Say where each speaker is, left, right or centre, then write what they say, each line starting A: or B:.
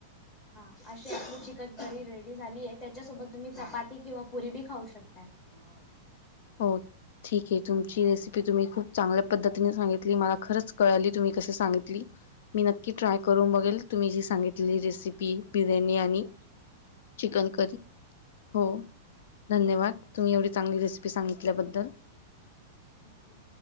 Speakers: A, on the left (about 25°); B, on the left (about 70°).
A: हा अशी आपली चिकन करी रेडी झाली आहे त्याच्यासोबत तुम्ही चपाती किंवा पुरी बी खाऊ शकताय ह
B: होके ठीक आहे तुमची रेसिपी तुम्ही खूप चांगल्या पद्धतीने सांगितली मला खरच कळाली तुम्ही कसे सांगितली. मी नक्की ट्राय करून बघेल तुम्ही जी सांगितलेली रेसिपी बिर्याणी आणि चिकन करी हो धन्यवाद. तुम्ही एवढी चांग रेसिपी सांगितल्याबद्दल
A: थँक्यू